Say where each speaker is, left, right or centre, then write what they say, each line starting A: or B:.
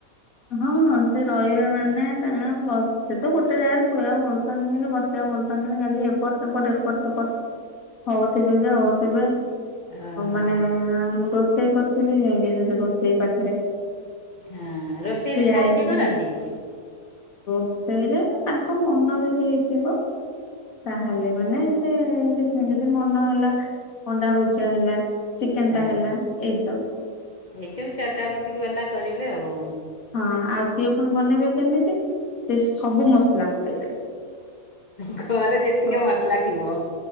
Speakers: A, on the left; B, on the left.
A: ହଁ ହଁ ସେ ରହିବେ ମାନେ ତାଙ୍କ ବ ସେ ତ ଗୋଟେ ଜାଗାରେ ଶୋଇବାକୁ ଭଲ ପାଆନ୍ତିନି କି ବସିବାକୁ ଭଲ ପାଆନ୍ତିନି। ଖାଲି ଏପଟ ସେପଟ ଏପଟ ସେପଟ ହଉଥିବେ ଯେ ହଉଥିବେ।
B: ଓହୋ
A: ମାନେ ମୁଁ ରୋଷେଇ କରୁଥିବି ଯାଇଁକି ସେଠି ରୋଷେଇ ପାଖରେ।
B: ହଁ ରୋଷେଇରେ
A: ଠିଆ
B: ସାହାଯ୍ୟ
A: ହେଇକିରି
B: କରନ୍ତି?
A: ରୋଷେଇରେ ତାଙ୍କ ମନ ଯଦି ହେଇଥିବ ତାହେଲେ ମାନେ ସେ କିଛି ନାହିଁ ଯଦି ମନ ହେଲା ଅଣ୍ଡା ଭୁଜା ହେଲା ଚିକେନ
B: ହଁ
A: ଟା ହେଲା ଏଇ ସବୁ।
B: ଏସବୁ ଚଟାପଟିକ ବାଲା କରିବେ ଆଉ।
A: ହଁ ଆଉ ସିଏ ପୁଣି ବନେଇବେ କେମିତି ସେ ସବୁ ମସଲା ପକେଇଦେବେ।
B: ଘରେ ଯେତିକି
A: ସ
B: ମସଲା ଥିବ।